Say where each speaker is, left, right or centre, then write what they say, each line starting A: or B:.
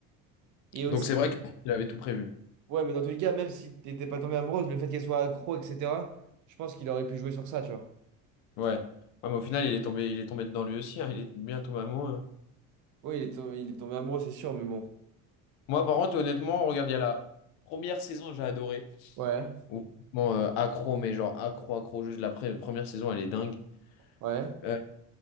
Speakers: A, on the right; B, on the left.
A: Et aussi.
B: Donc c'est vrai qu'il avait tout prévu.
A: Ouais, mais dans tous les cas, même si t'étais pas tombé amoureuse, le fait qu'elle soit accro, etc., je pense qu'il aurait pu jouer sur ça, tu vois.
B: Ouais. Ouais, mais au final, il est tombé, il est tombé dedans lui aussi, hein, Il est bien tombé amoureux. hein.
A: Oui, il est, to- il est tombé amoureux, c'est sûr, mais bon.
B: Moi, par contre, honnêtement, regarde, il y a la première saison, j'ai adoré.
A: Ouais,
B: Ou franchement, euh, accro, mais genre accro, accro, juste la pre- première saison, elle est dingue.
A: ouais.
B: Euh,